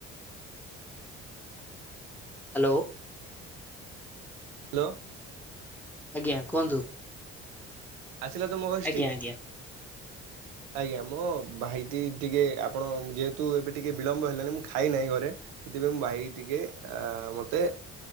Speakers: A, in the centre; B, on the right (about 75°).
A: ହାଲୋ।
B: ହାଲୋ।
A: ଆଜ୍ଞା କୁହନ୍ତୁ।
B: ଆସିଲା ତ ମୋ ଭୟସ୍
A: ଆଜ୍ଞା
B: ଟି
A: ଆଜ୍ଞା
B: ଆଜ୍ଞା ମୋ ଭାଇଟି ଟିକେ ଆପଣ ଯେହେତୁ ଏବେ ଟିକେ ବିଳମ୍ବ ହେଲାଣି ମୁଁ ଖାଇ ନାହିଁ ଘରେ ସେଥିପାଇଁ ମୋ ଭାଇ ଟିକେ ଆ ମତେ